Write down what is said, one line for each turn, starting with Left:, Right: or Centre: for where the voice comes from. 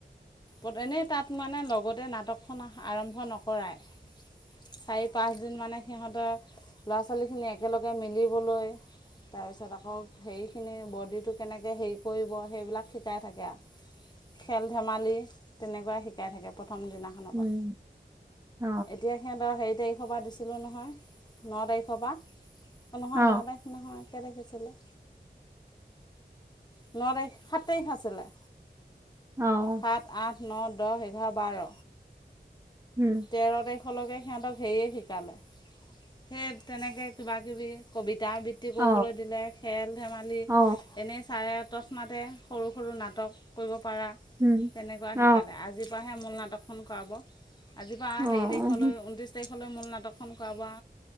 Left: পতেনে তাত মানে লগতে নাটক খনা আৰম্ভ নকৰাই চাৰি পাঁচদিন মানে সিহঁতে ল'ৰা ছোৱালীখিনি একেলগে মিলিবলৈ তাৰপিছত আকৌ হেৰিখিনি বডিটো কেনেকে হেৰি কৰিব সেইবিলাক শিকাই থাকে আ খেল ধেমালি তেনেকুৱা শিকাই থাকে প্ৰথম দিনাখনৰ
Right: উম উম
Left: পা
Right: অ
Left: এতিয়া সিহঁতৰ হেৰি তাৰিখ পা দিছিলে নহয় ন তাৰিখৰ পা এ নহয়
Right: অ অ
Left: ন তাৰিখ নহয় কে তাৰিখে দিছিলে ন তাৰিখ সাত তাৰিখ আছিলে
Right: অ
Left: সাত আঠ ন দহ এঘাৰ বাৰ
Right: উম
Left: তেৰ তাৰিখলৈকে সিহঁতক হেৰিয়ে শিকালে সেই তেনেকে কিবা কিবি কবিতা আবৃ খেতি কৰিবলৈ
Right: অ
Left: দিলে খেল ধেমালি
Right: অ অ
Left: এনেই ছাৰে তচমাতে সৰু সৰু নাটক কৰিব পাৰা
Right: উম
Left: তেনেকুৱা
Right: অ
Left: শিকালে আজিৰ পৰাহে মূল নাটক নাটখন কৰাব আজিৰ পা
Right: অ উম
Left: হেৰি তাৰিখলৈ ঊনত্ৰিছ তাৰিখলৈ মূল নাটকখন কৰাব আ